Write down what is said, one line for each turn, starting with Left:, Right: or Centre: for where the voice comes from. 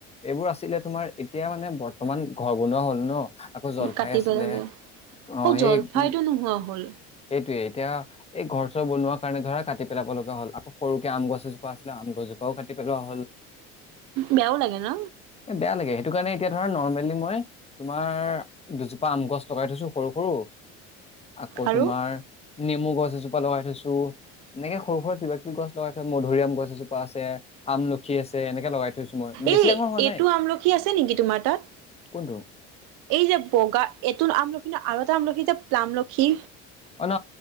Left: এইবোৰ আছিলে তোমাৰ এতিয়া মানে বৰ্তমান ঘৰ বনোৱা হ'ল ন! আকৌ জলফাই
Right: কাটি
Left: আছিলে,
Right: পেলালে
Left: অ', সেই-সেইটোৱে
Right: জলফাইটো নোহোৱা হ'ল
Left: এতিয়া এই ঘৰ চৰ বনোৱাৰ কাৰণে ধৰা কাটি পেলাব লগা হ'ল। আকৌ সৰুকে আম গছ এজোপা আছিলে, আম গছজোপাও কাটি পেলোৱা হ'ল।
Right: বেয়াও লাগে ন!
Left: এ, বেয়া লাগে! সেইটো কাৰণে এতিয়া ধৰা নৰ্মেলি মই তোমাৰ দুজোপা আম গছ লগাই থৈছোঁ সৰু, সৰু! আকৌ
Right: আৰু
Left: তোমাৰ নেমু গছ এজোপা লগাই থৈছোঁ। এনেকে সৰু সুৰা কিবা কিবি গছ লগাই থৈ মধুৰিআম গছ এজোপা আছে, আমলখি আছে এনেকে লগাই থ থৈছোঁ মই। বেছি
Right: এই
Left: ডাঙৰ হোৱা
Right: এইটো
Left: নাই!
Right: আমলখি আছে নেকি তোমাৰ তাত
Left: কোনটো?
Right: এই যে বগা এটো আমলখি ন আৰু এটা আমলখি যে প্লামলখি?
Left: অ', ন